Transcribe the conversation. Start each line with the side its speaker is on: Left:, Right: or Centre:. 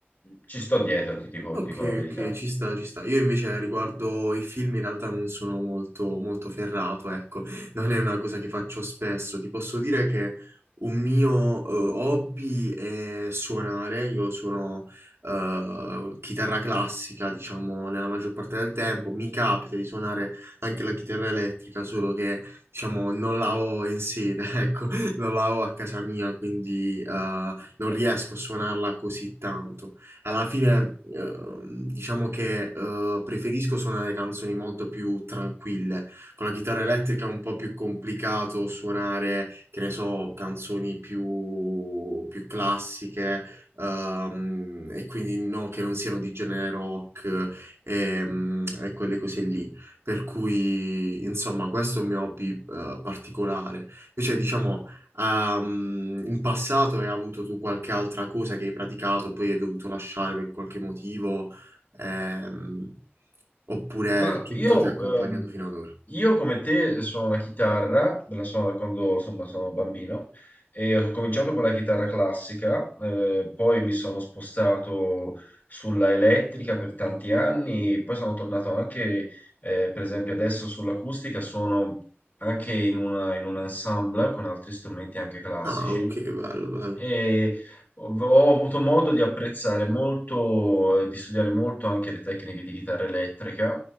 Left: ci sto dietro, ti dico,
Right: Ok,
Left: ti dico la verità.
Right: ok, ci sta, ci sta. Io invece riguardo i film in realtà non sono molto, molto ferrato, ecco, <laughs> non è una cosa che faccio spesso. Ti posso dire che un mio eh, hobby è suonare, io suono eh, chitarra classica, diciamo, nella maggior parte del tempo. Mi capita di suonare anche la chitarra elettrica, solo che, diciamo, non la ho in sede, <laughs> ecco, non la ho a casa mia, quindi eh, non riesco a suonarla così tanto. Alla fine, ehm, diciamo che eh, preferisco suonare canzoni molto più tranquille. Con la chitarra elettrica è un po' più complicato suonare, che ne so, canzoni più, più classiche, ehm, e quindi no, che non siano di genere rock ehm, e, quelle cose lì. Per cui, insomma, questo è un mio hobby eh, particolare. Invece, diciamo. Ah, mm, in passato hai avuto tu qualche altra cosa che hai praticato, poi hai dovuto lasciare per qualche motivo, ehm, oppure
Left: Ma
Right: tutto
Left: io,
Right: ti ha accompagnato
Left: ehm,
Right: fino ad ora?
Left: io come te suono la chitarra, la suono da quando insomma, sono bambino e ho cominciato con la chitarra classica, eh, poi mi sono spostato sulla elettrica per tanti anni, poi sono tornato anche, eh, per esempio adesso sull'acustica, suono anche in una- in un ensemble con altri strumenti anche classici
Right: Ah, ok, bello, bello.
Left: e ho ho avuto modo di apprezzare molto, eh, di studiare molto anche le tecniche di chitarra elettrica